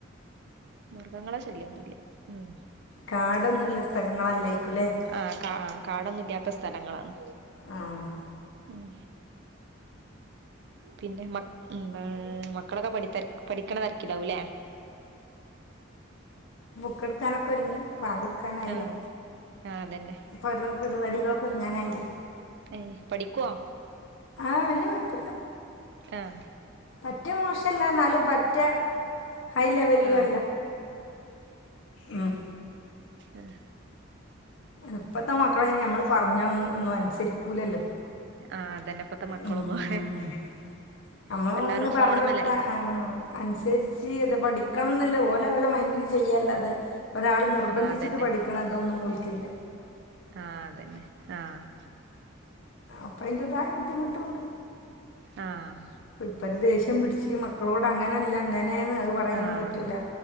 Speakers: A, on the right (about 55°); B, on the left (about 70°).
A: മൃഗങ്ങളെ ശല്യവൊന്നുവില്ല ഉം
B: കാടൊന്നുവുള്ള സ്ഥലങ്ങളല്ലയിക്കുല്ലേ
A: ആഹ് കാ കാടൊന്നുവില്ലാത്ത സ്ഥലങ്ങളാണ്
B: ആഹ്
A: ഉം പിന്നെ മ എന്താ മക്കളൊക്കെ പഠി തിര പഠിക്കണ തിരക്കിലാവുല്ലേ
B: ക്കെടുക്കാനൊക്കെ ഒരുങ്ങി ബാങ്ക് കൊടുക്കാനായില്ലേ
A: ആഹ് ആഹ് അതന്നെ
B: ഒരോ പരിപാടികളൊക്കെ ഒരുങ്ങാനായില്ലേ
A: ഏയ് പഠിക്കുവോ
B: ആഹ് വല്യ കൊഴപ്പല്ല
A: ആഹ്
B: പറ്റ മോശല്ല എന്നാലും പറ്റ ഹൈ ലെവലിലു
A: ആഹ്
B: അല്ല ഉം
A: ആഹ്
B: ഇപ്പത്ത മക്കൾ അയിന് നമ്മൾ പറഞ്ഞ ഒന്നും അനുസരിക്കൂല്ലല്ലോ
A: ആഹ് അതന്നെ ഇപ്പത്തെ മക്കളൊന്നും
B: ഉം നമ്മൾ
A: ഇപ്പ എല്ലാരും
B: ഒന്ന്
A: ഫോണുമ്മലല്ലേ
B: പറഞ്ഞൊടുത്താ ഉം അനുസരിച്ച് അത് പഠിക്കണംന്നല്ലേ ഓലെ ഓല മൈൻഡിന് ചെയ്യല്ലതെ ഒരാൾ നിർബന്ധിച്ചിട്ട്
A: ആഹ് അതന്നെ
B: പഠിക്കണം അതൊന്നും ഓൾക്കില്ല
A: ആഹ് അതന്നെ ആഹ്
B: അപ്പ അയിന്റേതായ ബുദ്ധിമുട്ടുണ്ട്
A: ആഹ്
B: ഇപ്പൊ ഒരു ദേഷ്യം പിടിച്ച് മക്കളോട് അങ്ങനല്ല ഇങ്ങനെയന് അത് പറയാനും
A: ആഹ്
B: പറ്റൂല